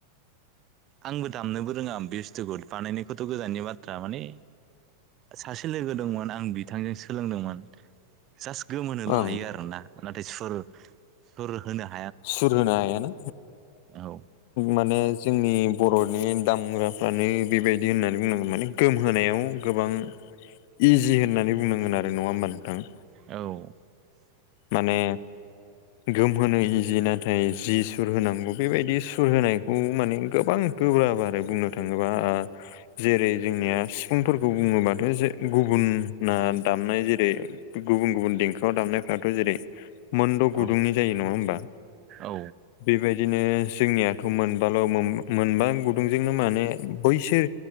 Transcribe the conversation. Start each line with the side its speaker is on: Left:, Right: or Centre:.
Right: आंबो दामनोबो रोङा बस्थुखौ बानायनायखौथ' गोजाननि बाथ्रा माने सासे लोगो दंमोन आं बिथांजों सोलोंदोंमोन जास्ट गोमोनोल'
Left: ओं
Right: हायो आरो ना नाथाय सोर सोर होनो ह
Left: सुर होनो हायाना
Right: औ
Left: माने जोंनि बर'नि दामग्राफ्रानो बेबायदि होननानै बुंनांगोन माने गोमहायाव गोबां इजि होननानै बुंनांगोन आरो नङा होमबा नोंथां।
Right: औ
Left: माने गोमहोनो इजि नाथाय जि सुर होनांगौ बेबायदि सुर होनायखौ माने गोबां गोब्रााब बारै बुंनो थाङोबा जेरै जोंनिया सिफुंफोरखौ बुङोबाथ' जे गुबुना दामनाय जेरै गुबुन गुबुन देंखोआव दामनाय थ' जेरै मोनद'
Right: औ
Left: गुदुंनि जायो नङा होमबा
Right: औ
Left: बेबायदिनो जोंनियाथ' मोनबाल' मोनबा गुदुंजोंनो माने बैसोर